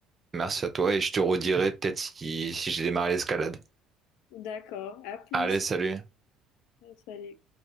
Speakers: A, on the right; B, on the left.
A: merci à toi et je te redirai peut-être si, si j'ai démarré l'escalade.
B: D'accord, à plus.
A: Allez, salut.
B: Salut.